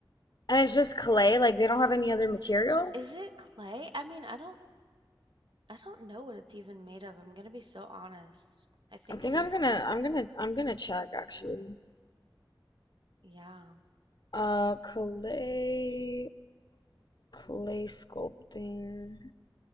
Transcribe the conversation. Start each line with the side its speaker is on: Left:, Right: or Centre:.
Left: And it's just clay, like they don't have any other material.
Right: Is it clay? I mean, I don't I don't know what it's even made of, I'm gonna be so honest. I think
Left: I think
Right: it is
Left: I'm gonna
Right: clay.
Left: I'm gonna I'm gonna check actually.
Right: Yeah.
Left: Uh clay clay sculpting.